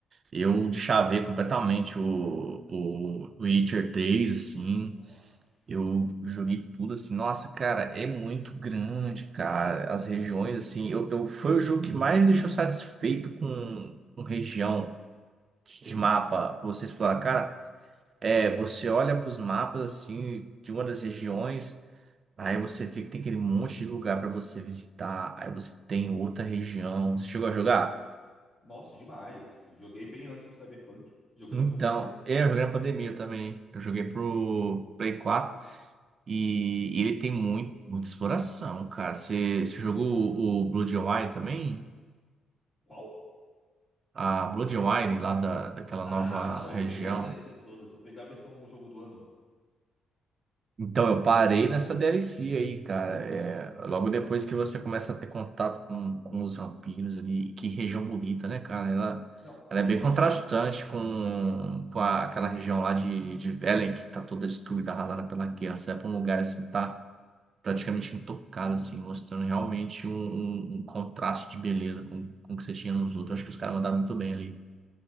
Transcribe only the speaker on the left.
Nossa.
Uhum.
Nossa, demais. Joguei bem antes do Cyberpunk. Joguei
na pandemia.
Nossa.
Qual?
Ah,
não,
eu peguei as DLCs todas. Eu peguei a versão jogo do ano.
N- hum,
Não,
irmão,
não.
Não,